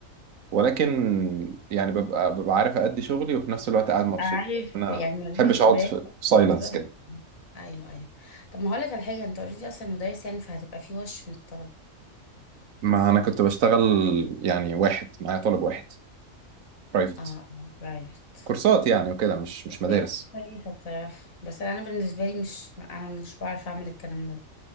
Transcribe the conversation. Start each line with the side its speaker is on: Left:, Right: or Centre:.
Right: ولكن يعني ببقى ببقى عارف ادي شغلي وفي نفس الوقت قاعد مبسوط
Left: عارف
Right: يعني انا
Left: يعني
Right: ما
Left: مزاجك
Right: بحبش اقعد في سايلنس
Left: رد
Right: كده.
Left: ايوه ايوه طب ما هقول لك على حاجه انت اوريدي اصلا مدرس يعني فهتبقى في وش من الطلبه
Right: ما انا كنت بشتغل يعني واحد معايا طالب واحد برايفت
Left: اه برايفت
Right: كورسات يعني وكده مش مش مدارس
Left: دي حاجه كويسه بصراحه بس انا بالنسبه لي مش انا مش بعرف اعمل الكلام ده